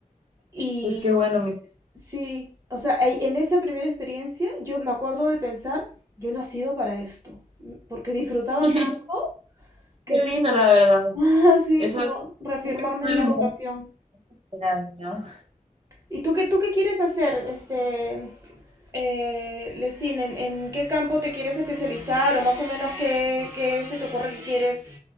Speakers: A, on the right; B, on the right.
A: Y
B: Pues qué bueno, mira.
A: sí, o sea, ahí- en esa primera experiencia yo me acuerdo de pensar, yo he nacido para esto, mm, porque disfrutaba
B: <laughs>
A: tanto que
B: Qué
A: sí,
B: lindo, la verdad.
A: <laughs> así
B: Eso
A: como
B: es
A: reafirmarme
B: creo que es una
A: en
B: de
A: mi
B: las
A: vocación.
B: mejores, actividades, ¿no?
A: ¿Y tú qué, tú qué quieres hacer, este, eh, Lesin? ¿En, en qué campo te quieres especializar o más o menos qué, qué se te ocurre que quieres,